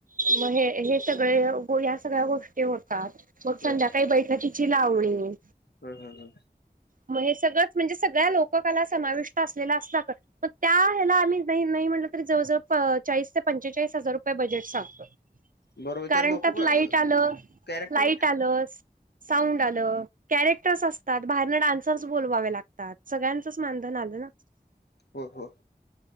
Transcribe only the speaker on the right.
मग हे सगळे या सगळ्या गोष्टी होतात मग संध्याकाळी
बैठकी ची लावणी.
मग हे सगळंच म्हणजे सगळ्या लोककाला समाविष्ट असलेला असतात. म त्या ह्याला आम्ही नाही नाही म्हटलं तरी जवळजवळ अ चाळीस ते पंचेचाळीस हजार रुपये बजेट सांगतो
कारण
त्यात
लाईट आलं
लाईट आलंस
साऊंड आल कॅरेक्टर्स असतात बाहेरण डान्स सर्स बोलवावे लागतात सगळ्यांचच मानधन आलं ना